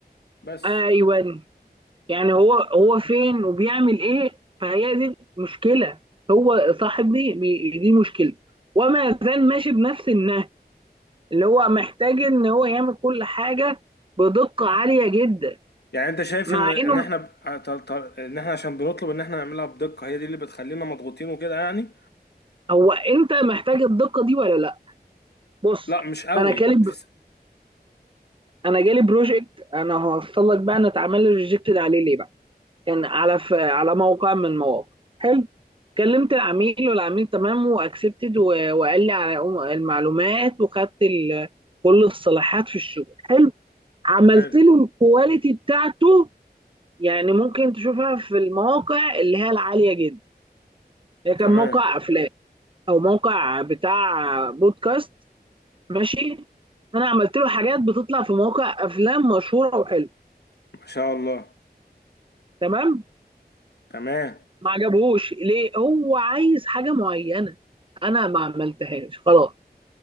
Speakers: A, on the left; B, on the right.
A: بس
B: ايوه يعني هو هو فين وبيعمل ايه فهي دي مشكله هو صاحب دي بي- دي مشكله وما زال ماشي بنفس النهج اللي هو محتاج ان هو يعمل كل حاجه بدقه عاليه جدا
A: يعني انت شايف
B: مع
A: ان ان
B: انه
A: احنا ب- ط- ط- ان احنا عشان بنطلب ان احنا نعملها بدقة هي دي اللي بتخلينا مضغوطين وكده يعني
B: هو انت محتاج الدقه دي ولا لا بص
A: لا مش قوي
B: انا جالي
A: في س...
B: انا جالي بروجكت انا هوصل لك بقى انا اتعمل لي ريجكتد عليه ليه بقى كان على ف... على موقع من المواقع حلو كلمت العميل والعميل تمام واكسبتد و... وقال لي على المعلومات وخدت ال... كل الصلاحات في الشغل حلو عملت
A: حلو
B: له الكواليتي بتاعته يعني ممكن تشوفها في المواقع اللي هي العالية جدا هي كان
A: تمام
B: موقع افلام او موقع بتاع بودكاست ماشي انا عملت له حاجات بتطلع في مواقع افلام مشهورة وحلوة
A: ما شاء الله
B: تمام
A: تمام
B: ما عجبهوش ليه هو عايز حاجه معينه انا ما عملتهاش خلاص